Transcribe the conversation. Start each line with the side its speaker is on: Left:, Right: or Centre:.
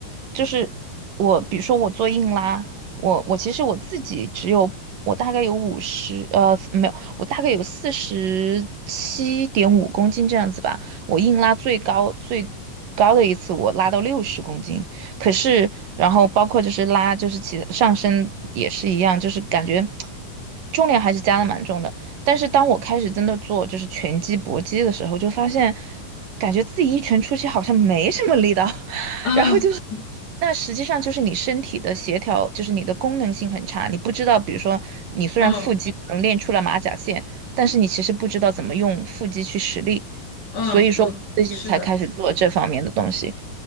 Right: 就是我比如说我做硬拉，我我其实我自己只有我大概有五十呃没有，我大概有四十七点五公斤这样子吧。我硬拉最高最高的一次我拉到六十公斤。可是，然后包括就是拉，就是其上身也是一样，就是感觉重量还是加的蛮重的。但是当我开始真的做就是拳击、搏击的时候，就发现感觉自己一拳出去好像没什么力道，<laughs>
Left: <laughs>
Right: 然后就是
Left: 嗯
Right: 那实际上就是你身体的协调，就是你的功能性很差，你不知道，比如说你虽然腹肌可能练出了马甲线，
Left: 嗯
Right: 但是你其实不知道怎么用腹肌去使力，
Left: 嗯嗯，
Right: 所以说最近才开始做这方面的东西，
Left: 是的，